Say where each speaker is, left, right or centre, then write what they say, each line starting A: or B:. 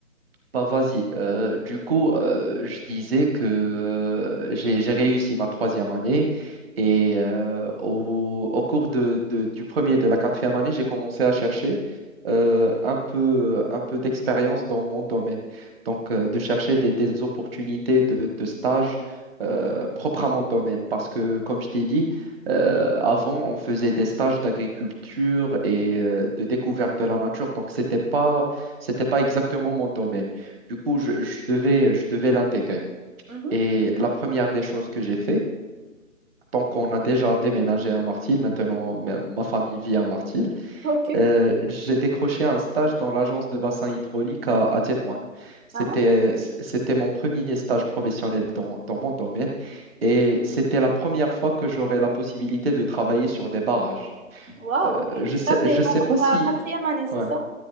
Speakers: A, on the right; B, on the right.
A: Bah vas-y, Euh, du coup, euh, je disais que euh, j'ai j'ai réussi ma troisième année et euh, au, au cours de, de- du premier et de la quatrième année, j'ai commencé à chercher euh, un peu, un peu d'expérience dans mon domaine. Donc, euh, de chercher des, des opportunités de, de stage euh, propres à mon domaine. Parce que, comme je t'ai dit, euh, avant, on faisait des stages d'agriculture et euh, de découverte de la nature. Donc, c'était pas c'était pas exactement mon domaine. Du coup, je, je devais, je devais l'intégrer.
B: Mhm.
A: Et la première des choses que j'ai fait, tant qu'on a déjà déménagé à Martil, maintenant ma ma famille vit à Martil,
B: Ok.
A: euh, j'ai décroché un stage dans l'agence de bassin hydraulique à, à Tétouan. C'était,
B: Ah, ah.
A: c'était mon premier stage professionnel dans, dans mon domaine et c'était la première fois que j'aurais la possibilité de travailler sur des barrages.
B: Waouh,
A: Euh,
B: ok.
A: Je sais,
B: Ça,
A: je
B: c'est pendant
A: sais pas si...
B: ta quatrième année, c'est
A: ouais,
B: ça?